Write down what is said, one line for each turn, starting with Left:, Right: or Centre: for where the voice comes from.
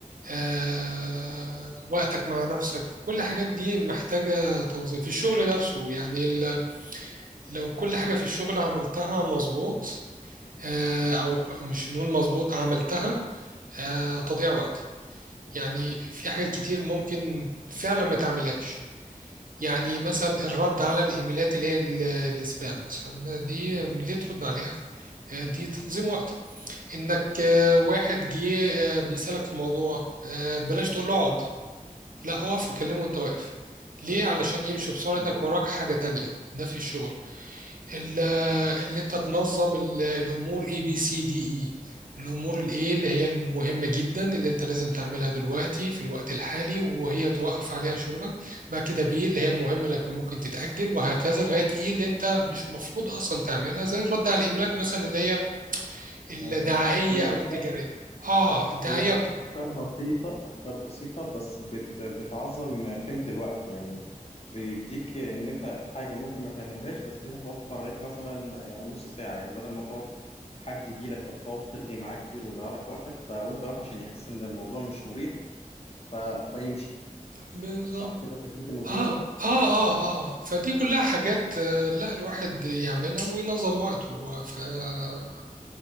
Right: آه، وقتك مع نفسك كل الحاجات دي محتاجة تنظيم في الشغل نفسه يعني ال- لو كل حاجة في الشغل عملتها مظبوط آه، أو مش نقول مظبوط عملتها آه، تضييع وقت يعني في حاجات كتير ممكن فعلا ما تعملهاش يعني مثلا
Left: مم.
Right: الرد على الإيميلات اللي هي ال- السبام مثلا دي ليه ترد عليها؟ آه، دي تنظيم وقت إنك آه، واحد جه آه، بيسألك في موضوع آه، بلاش تقول له اقعد لا اقف وكلمه وانت واقف ليه علشان يمشي بسرعة انك
Left: لا. مم.
Right: وراك حاجة تانية ده في الشغل ال-
Left: آه.
Right: اللي انت تنظم ال- الامور اي بي سي دي اي الامور الايه اللي هي المهمة جدا اللي انت لازم تعملها دلوقتي في الوقت الحالي وهي توقف عليها شغلك بعد كده بي اللي هي المهمة اللي كان ممكن تتأجل وهكذا لغاية ايه اللي انت مش مفروض اصلا تعملها زي الرد على الايميلات مثلا اللي هي الدعائية
Left: آه. في
Right: او
Left: افكار
Right: التجارية اه الدعائية
Left: هي أفكار بسيطة أفكار بسيطة بس بت بتعظم قيمة الوقت يعني بيديك إن أنت حاجة ممكن ما تعملهاش بس دي هتوفر لك مثلا آه، نص ساعة يعني بدل ما تقعد حد يجي لك فتقعد ترغي معاه كتير ويضيع لك وقتك ف... وأنت واقف عشان يحس إن الموضوع مش مريح ف... فيمشي
Right: والتجارية
Left: صح كده فكرتي مظبوطة؟
Right: اه اه اه اه فدي كلها حاجات آه، لا الواحد يعملها وينظم وقته فمهمة